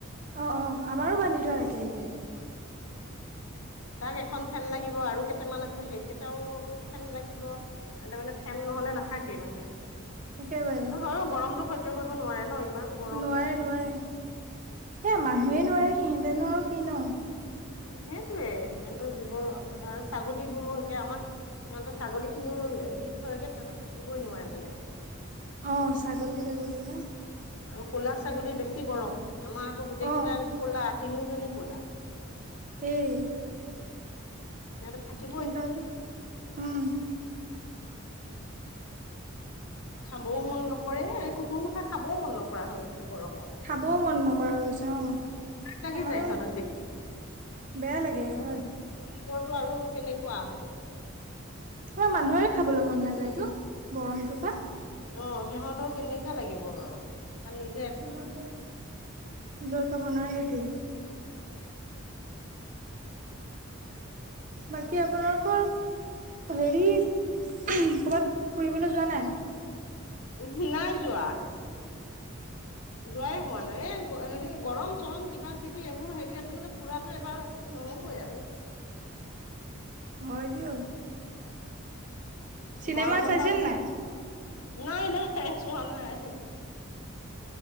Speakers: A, on the right; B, on the left.
A: অ অ আমাৰো বান্ধি থোৱা থাকে একে
B: তাক এখন ফেন লাগিব আৰু কেইটামান আছে সেইকেইটাও ফেন লাগিব এহতে মানে ফেন নহলে নাথাকেই মানে
A: একেবাৰে
B: আৰু হয়ো গৰমটো সজ্য কৰিব নোৱাৰে ন ইমান গৰম
A: নোৱাৰে নোৱাৰে এ মানুহে নোৱাৰে সিহঁতেনো আৰু কি ন
B: সেইটোয়ে সিহঁতো জীব আৰু ছাগলী বোৰো একে আমাৰ সিহঁতৰ ছাগলী খিনিও দি থৈগে সিহঁতে থাকিবই নোৱাৰে মানে
A: অ ছাগলী তাগলী বিলাক
B: আৰু ক'লা ছাগলী বেছি গৰম আমাৰ আকৌ গোটেই
A: অ
B: কেইটা ক'লা তিনিওজনী ক'লা
A: সেই
B: সিহঁতে থাকিব
A: কিন্দাও টো উম
B: খাবও মন নকৰে এই কুকুৰ মুখাই খাবও মন নকৰা হৈ গৈছে গৰমত
A: খাবও মন নকৰা হৈ গৈছে অ
B: লাগি
A: আমাৰো
B: যায় সিহঁতক দেখি
A: বেয়া লাগে হয়
B: ৰদো আৰু কেনেকুৱা হব
A: পুৰা মানুহৰে খাবলে মন নাযায় এইটো গৰমটোপা
B: অ সিহঁতৰ কেনেকা লাগিব বাওঁ কাৰণ নি
A: সিহঁতৰ দৈ খব নোৱাৰে সেইটোৱে বাকী আপোনালোকৰ হেৰি ক'ৰবাত ফুৰিবলৈ যোৱা নাই
B: উ নাই যোৱা যোৱাই হোৱা নাই এই হেৰি গৰম চৰম কিবা কিবি এইবোৰ হেৰিয়তে মানে ফুৰাটো এবাৰ নহবই আৰু
A: হয় দিয়ক চিনেমা
B: গৰম বন্ধ
A: চাইছে
B: বুলি
A: নাই
B: নাই নাই চোৱা নাই